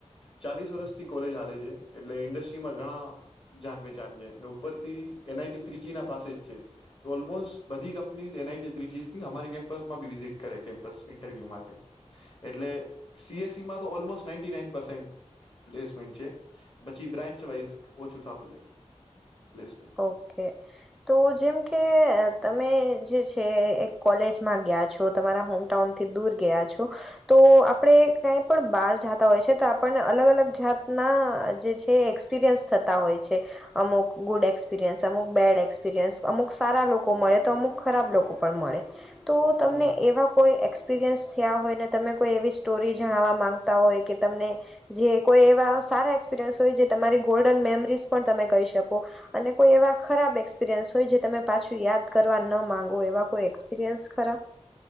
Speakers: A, on the left (about 45°); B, in the centre.
A: ચાલીસ વર્ષથી કોલેજ હાલે છે, એટલે ઇન્ડસ્ટ્રીમાં ઘણા જાન પહેચાન છે, ને ઉપરથી એન આઈ ટી ત્રીચિના પાસે જ છે તો ઓલમોસ્ટ બધી કંપની જ એનઆઈટી ત્રિચીસની અમારી કેમ્પસમાં બી વિઝિટ કરે કેમ્પ ઇન્ટરવ્યુ માટે એટલે સી એસ સીમાં તો almost ninety nine percent placement છે, પછી બ્રાન્ચ વાઈઝ ઓછું થતું જાય. Placement
B: okay. તો જેમ કે તમે જે છે એ એક કોલેજમાં ગયા છો તમારા હોમટાઉનથી દૂર ગયા છો. તો, તો આપ આપણે કંઈ પણ બહાર જાતા હોય છે તો આપણને અલગ અલગ જાતના જે છે એકસ પિરિયન્સ થતા હોય છે, અમુક ગુડ એકસ એક્સપિરિયન્સ અમુક બેડ એક્સપિરિયન્સ અમુક સારા લોકો મળે તો અમુક ખરાબ લોકો પણ મળે. તો તમને
A: હમ
B: એવા કોઈ એક્સપિરિયન્સ થયા હોય ને તમે કોઈ એવી સ્ટોરી જણાવવા માંગતા હોય કે તમને, જે કોઈ એવા સારા એક્સપિરયન્સ હોય, જે તમારી ગોલ્ડન મેમરીઝ પણ તમે કહી શકો. અને કોઈ એવા ખરાબ એક્સપિરિયન્સ હોય જે તમે પાછું યાદ કરવા ન માંગો એવા કોઈ એક્સપિરિયન્સ ખરા?